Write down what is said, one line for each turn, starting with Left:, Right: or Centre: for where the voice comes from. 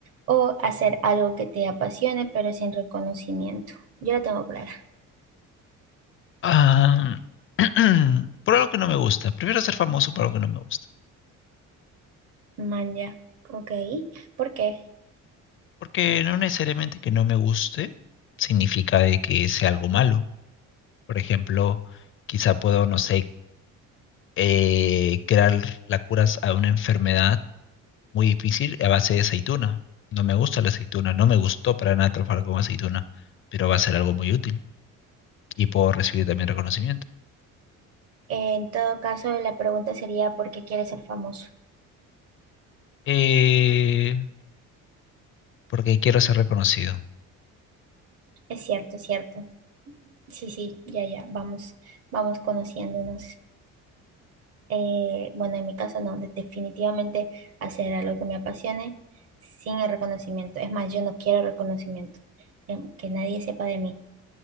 Right: o hacer algo que te apasione pero sin reconocimiento? Yo la tengo clara.
Left: Ah, <clears throat> por algo que no me gusta. Prefiero ser famoso por algo que no me gusta.
Right: Manja. Ok. ¿Por qué?
Left: Porque no necesariamente que no me guste significa de que sea algo malo. Por ejemplo, quizá puedo, no sé, eh, crear la cura a una enfermedad muy difícil a base de aceituna. No me gusta la aceituna, no me gustó para nada trabajar con aceituna, pero va a ser algo muy útil y puedo recibir también reconocimiento.
Right: En todo caso, la pregunta sería ¿por qué quieres ser famoso?
Left: Eh, porque quiero ser reconocido.
Right: Es cierto, es cierto. Sí, sí, ya, ya. Vamos, vamos conociéndonos. eh, bueno, en mi caso no, de- definitivamente hacer algo que me apasione sin el reconocimiento. Es más, yo no quiero reconocimiento, em, que nadie sepa de mí.